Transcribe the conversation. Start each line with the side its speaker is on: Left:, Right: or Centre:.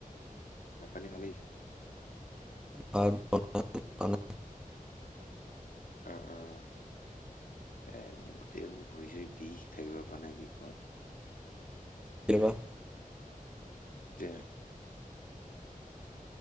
Left: ভাঁত, পানী খালি?
Centre: ভাত বনাই খানা
Left: অ', অ', এ মোৰ গোটেই এইবোৰ ভৰি-ছৰি বিষ থাকিব পৰা নাই বিষত।
Centre: কেইলে বা?
Left: <unintelligible>